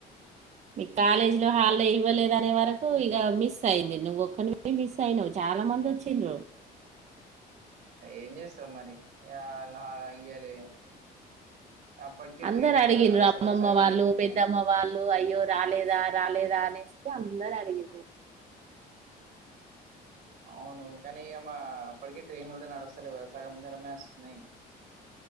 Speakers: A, on the right; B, on the right.
A: మీకు కాలేజీ లో హాలిడే ఇవ్వలేదునే వరకు ఇక మిస్ అయింది నువ్ ఒక్కనివి మిస్ అయినావు చాలా మంది వచ్చిండ్రు
B: ఏం చేస్తాం మరి ఆహ్ లా ఇయాలే అప్పటికి
A: అందరు
B: ట్రెన్
A: అడిగిండ్రు
B: కూడా నడుస్తలేవ్
A: అమ్మమ్మ
B: సగం
A: వాళ్ళు
B: దూరమే
A: పెద్దమ్మ వాళ్ళు అయ్యో రాలేదా రాలేదా అనేసి అందరు అడిగిన్రు
B: అవును కానీ ఇగా మా అప్పటికే ట్రైన్లు కూడా నడుస్తలేవుగ సగం దూరమే వస్తున్నాయి